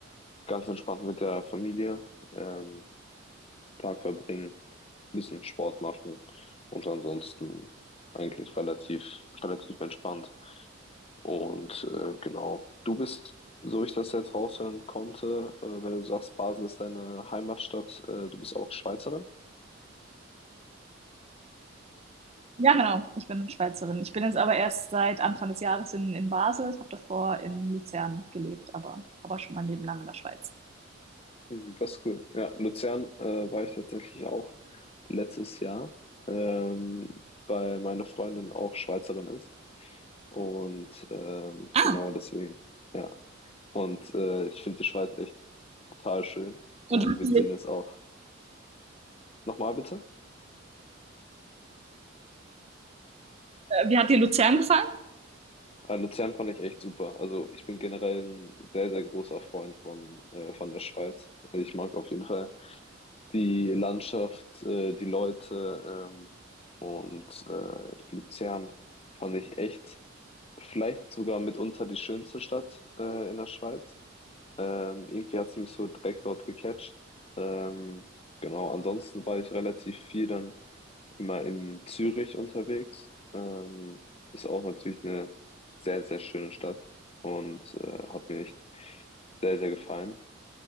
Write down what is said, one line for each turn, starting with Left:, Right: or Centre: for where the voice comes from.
Left: Ganz entspannt mit der Familie, ähm, Tag verbringen, bisschen Sport machen und ansonsten eigentlich relativ, relativ entspannt. Und äh, genau, du bist, so ich das jetzt raushören konnte, äh, wenn du sagst, Basel ist deine Heimatstadt, äh, du bist auch Schweizerin.
Right: Ja, genau. Ich bin Schweizerin. Ich bin jetzt aber erst seit Anfang des Jahres in, in Basel. Ich habe davor in Luzern gelebt, aber, aber schon mein Leben lang in der Schweiz.
Left: Mhm, Das ist cool. Ja, Luzern äh, war ich tatsächlich auch letztes Jahr, ähm, weil meine Freundin auch Schweizerin ist. Und ähm,
Right: Ah,
Left: genau deswegen, ja. Und äh, ich finde die Schweiz echt total schön. Und
Right: und hat
Left: wir
Right: sie,
Left: ziehen es auch. Nochmal bitte?
Right: Äh, Wie hat dir Luzern gefallen?
Left: Äh, Luzern fand ich echt super. Also ich bin generell ein sehr, sehr großer Freund von, äh, von der Schweiz. Also, Ich mag auf jeden Fall die Landschaft, äh, die Leute ähm, und äh, Luzern fand ich echt vielleicht sogar mitunter die schönste Stadt äh, in der Schweiz. Ähm, irgendwie hat sie mich so direkt dort gecatcht. Ähm, genau, ansonsten war ich relativ viel dann immer in Zürich unterwegs. Ähm, ist auch natürlich eine sehr, sehr schöne Stadt und äh, hat mir echt sehr, sehr gefallen.